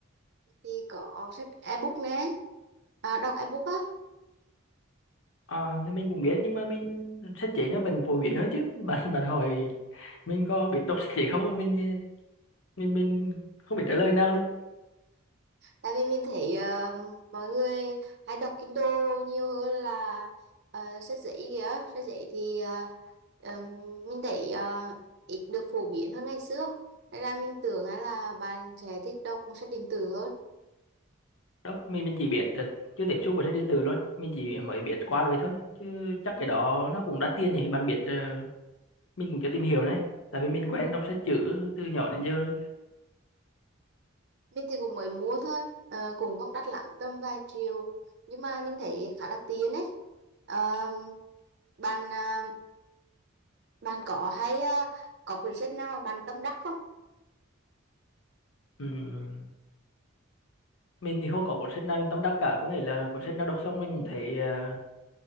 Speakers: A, on the right; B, on the left.
A: thì có sách ebook nè à, đọc ebook á
B: À thì mình cũng biết nhưng mà mình sách giấy nó vẫn phổ biến hơn chứ. <laughs> Bạn bạn hỏi mình có biết đọc sách giấy không mà mình mình mình không biết trả lời nào luôn.
A: Tại vì mình thấy ờ, mọi người hay đọc Kindle nhiều hơn là ờ, sách giấy kìa. Sách giấy thì ờ, ờ, mình thấy ờ, ít được phổ biến hơn ngày xưa. Nên là mình tưởng á là bạn sẽ thích đọc sách điện tử hơn.
B: Đó, mình mình chỉ biết là chưa tiếp xúc với sách điện tử luôn, mình chỉ mới biết qua rồi thôi. Chứ chắc cái đó nó cũng đắt tiền nhỉ, bạn biết ờ, mình cũng chưa tìm hiểu này. Tại vì mình quen đọc sách chữ từ nhỏ đến giờ rồi.
A: Mình thì cũng mới mua thôi, ờ, cũng không đắt lắm, tầm vài triệu. Nhưng mà mình thấy khá là tiện ấy. Ờ, bạn ờ, bạn có hay ờ, có quyển sách nào mà bạn tâm đắc không?
B: Ừm, Mình thì không có cuốn sách nào mình tâm đắc cả, có nghĩa là cuốn sách nào đọc xong mình cũng thấy ờ,